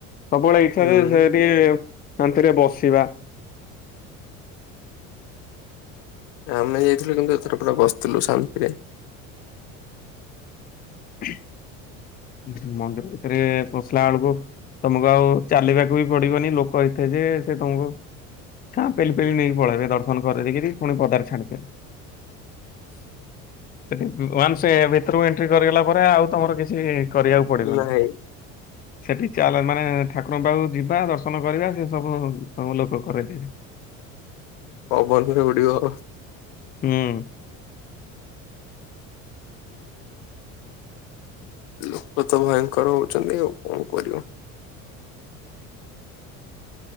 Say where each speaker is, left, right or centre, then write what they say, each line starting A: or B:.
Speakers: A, on the left; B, on the left.
A: ସବୁବେଳେ ଇଚ୍ଛା
B: ହୁଁ
A: ଯେ ସେ ଟିକେ ଶାନ୍ତିରେ ବସିବା।
B: ଆମେ ଯାଇଥିଲୁ କିନ୍ତୁ ଏଥର ପୁରା ବସିଥିଲୁ ଶାନ୍ତିରେ।
A: <inaudible> ମନ୍ଦିର ଭିତରେ ପଶିଲା ବେଳକୁ ତମକୁ ଆଉ ଚାଲିବାକୁ ବି ପଡିବନି ଲୋକ ଏଥେ ଯେ ସେ ତମକୁ ହଁ ପେଲି ପେଲି ନେଇକି ପଳେଇବେ ଦର୍ଶନ କରେଇ ଦେଇକି ପୁଣି ପଦାରେ ଛାଡ଼ି ଦେବେ। ୱାନ୍ସ ଭିତରକୁ ଏଣ୍ଟ୍ରି କରିଗଲା ପରେ ଆଉ ତମର କିଛି କରିବାକୁ ପଡିବନି।
B: ନାଇଁ
A: ସେଠି ଚାଲ ମାନେ ଠାକୁରଙ୍କ ପାଖକୁ ଯିବା ଦର୍ଶନ କରିବା ସେ ସବୁ ତମକୁ ଲୋକ କରେଇଦେବେ। <inaudible>
B: କୋଉ ବୟସ ରେ ବୁଡିବ।
A: ହୁଁ।
B: ଲୋକ ତ ଭୟଙ୍କର ହଉଛନ୍ତି ଆଉ କଣ କରିବ